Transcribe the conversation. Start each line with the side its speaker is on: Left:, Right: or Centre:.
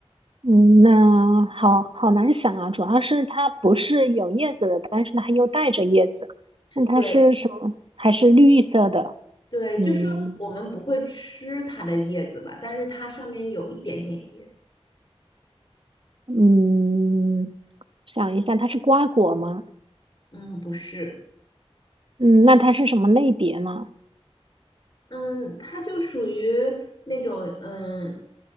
Right: 嗯，那好好难想啊。主要是它不是有叶子的，但是它又带着叶子。那它是什么？
Left: 对
Right: 还是绿色的？
Left: 对，
Right: 嗯
Left: 就是我们不会吃它的叶子吧，但是它上面有一点点叶子。
Right: 嗯，想一下，它是瓜果吗？
Left: 嗯，不是，
Right: 嗯，那它是什么类别呢？
Left: 嗯，它就属于那种嗯，